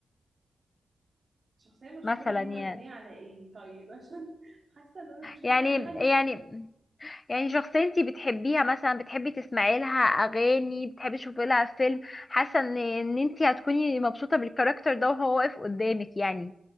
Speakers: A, on the right; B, on the left.
A: الشخصية المشهورة
B: مثلا
A: دي
B: يعني
A: مبنية على ايه طيب عشان <laughs> حاسة ان انا مش عايزة
B: يعني
A: اي حد
B: يعني يعني شخصية انتي بتحبيها مثلا بتحبي تسمعي لها اغاني بتحبي تشوفي لها فيلم حاسة ان ان انتي هتكوني مبسوطة بالكاركتر ده وهو واقف قدامك يعني